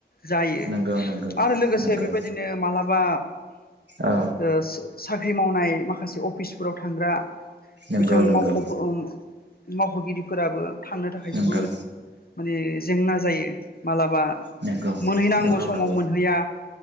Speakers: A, on the left; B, on the right.
A: जायो
B: नंगौ नंगौ
A: आरो लोगोसे
B: नंगौ
A: बेबायदिनो ओ मालाबा
B: औ
A: ओ सो साख्रि मावनाय माखासे अफिसफोराव थांग्रा
B: नंगौ
A: बिथां
B: नंगौ
A: मावख' मावख'गिरिफोराबो थांनो थाखाय
B: नंगौ
A: जोबोद माने जेंना जायो। मालाबा
B: नंगौ
A: मोनहैनांगौ
B: नंगौ
A: समाव
B: नंगौ
A: मोनहैया